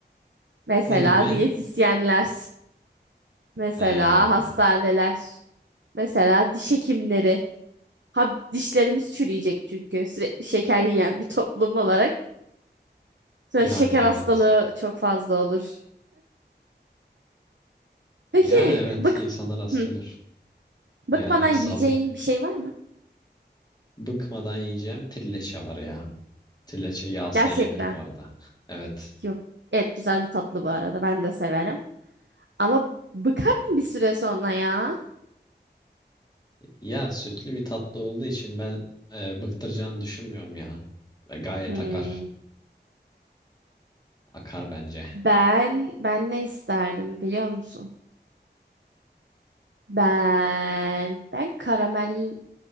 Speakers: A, on the right; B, on the left.
A: Mesela
B: Ne gibi?
A: diyetisyenler, mesela
B: He.
A: hastaneler, mesela diş hekimleri. Ha, dişlerimiz çürüyecek çünkü sürekli şeker yiyen bir toplum olarak. Sonra
B: Yani
A: şeker
B: evet.
A: hastalığı çok fazla olur. Peki
B: Yani evet
A: bık
B: insanlar hasta
A: hı,
B: olur.
A: bıkmadan
B: Yani
A: yiyeceğin
B: sağlık
A: bir şey var mı?
B: bıkmadan yiyeceğim trileçe var ya. Trileçe yağsa
A: Gerçekten.
B: yenir bu arada. Evet.
A: Yok. Evet güzel bir tatlı bu arada. Ben de severim. Ama bıkarım bir süre sonra ya.
B: Ya sütlü bir tatlı olduğu için ben e, bıktıracağını düşünmüyorum ya. Ve gayet
A: Hmm.
B: akar. Akar bence.
A: Ben ben ne isterdim biliyor musun? Ben ben karamel